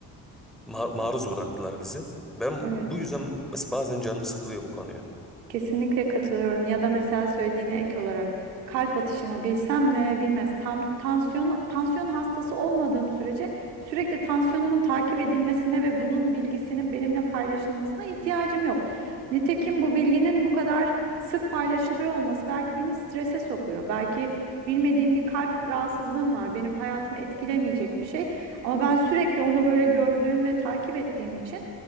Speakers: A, in the centre; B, on the right.
A: ma- maruz bıraktılar bizi. Ben
B: Evet.
A: bu yüzden mes- bazen canım sıkılıyor bu konuya.
B: Kesinlikle katılıyorum. Ya da mesela söylediğine ek olarak kalp atışımı bilsem ne bilmez. Tam tansiyon tansiyon hastası olmadığım sürece sürekli tansiyonumun takip edilmesine ve bunun bilgisinin benimle paylaşılmasına ihtiyacım yok. Nitekim bu bilginin bu kadar sık paylaşılıyor olması belki beni strese sokuyor. Belki bilmediğim bir kalp rahatsızlığım var. Benim hayatımı etkilemeyecek bir şey ama ben sürekli onu böyle gördüğüm ve takip ettiğim için